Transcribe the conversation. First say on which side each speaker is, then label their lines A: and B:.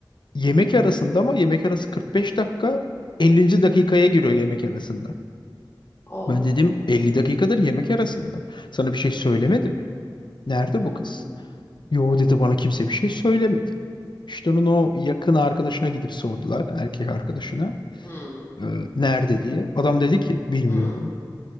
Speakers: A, on the left; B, on the left.
A: yemek arasında ama yemek arası 45 dakika 50. dakikaya giriyor yemek arasında.
B: Allah.
A: Ben dedim 50 dakikadır yemek arasında. Sana bir şey söylemedi mi? Nerede
B: Hı hı.
A: bu kız? Yo dedi bana kimse bir şey söylemedi. İşte onun o yakın arkadaşına gidip sordular erkek arkadaşına.
B: Hı
A: Ee, nerede diye. Adam dedi ki bilmiyorum.
B: hı.